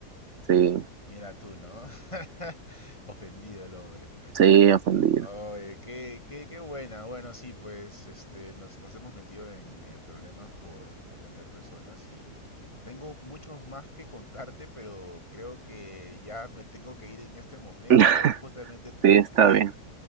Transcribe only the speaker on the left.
mira tú, ¿no? <laughs> Ofendido el hombre.
Oye, qué, qué, qué buena. Bueno, sí, pues este, nos, nos hemos metido en, en problemas por defender personas y tengo muchos más que contarte, pero creo que ya me tengo que ir en este momento.
Justamente tengo
que,